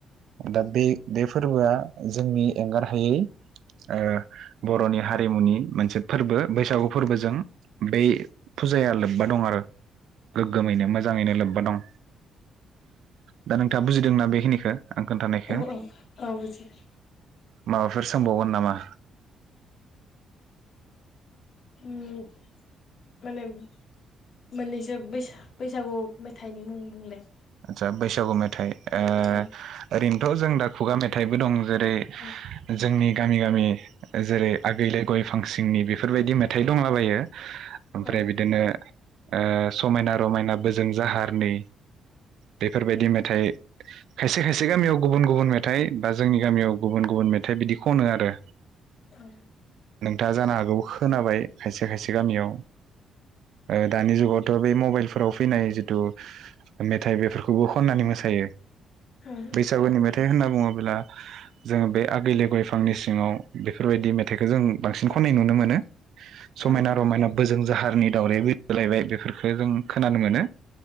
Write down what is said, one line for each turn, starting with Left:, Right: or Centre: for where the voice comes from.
Right: दा बे बे फोरबोआ जोंनि एंगारहायै ओ बर'नि हारिमुनि मोनसे फोरबो बैसागु फोरबोजों बै फुजाया लोब्बा दं आरो गोग्गोमैनो मोजाङैनो लोब्बा दं दा नोंथाङा बुजि दोंना बेखिनिखौ आं खोन्थानायखौ
Left: औ औ औ बुजिदो
Right: माबाफोर सोंबावगोन नामा?
Left: उम माने मोननैसो बैसा बैसागु मेथाइनि मुं बुंलाय
Right: आतसा बैसागु मेथाइ ओ
Left: ओं
Right: ओरै थ' जों दा खुगा मेथाइबो दं जेरै
Left: ओं
Right: जोंनि गामि गामि जेरै आगैलै गय फांसिंनि बेफोरबायदि मेथाइ दंलाबायो ओमफ्राय
Left: औ औ
Right: बिदिनो ओ समायना रमायना बोजों जाहारनि बेफोरबायदि मेथाइ खायसे खायसे गामियाव गुबुन गुबुन मेथाइ बा जोंनि गामियाव गुबुन गुबुन मेथाइ बिदि खनो आरो
Left: औ
Right: था जानो हागौ खोनाबाय खायसे खायसे गामियाव ओ दानि जुगावथ' बे मबाइल फोराव फैनाय जिथु मेथाइ बेफोरखौबो खननानै मोसायो
Left: औ
Right: बैसागुनि मेथाइ होनना बुङो ब्ला जोङो बे आगै लै गयफांनि सिङाव बेफोरबायदि मेथाइखौ जों बांसिन खननाय नुनो मोनो। समायना
Left: औ औ औ
Right: रमायना बोजों जाहारनि दावराय बिरबो लायबाय बेफोरखौ जों खोनानो मोनो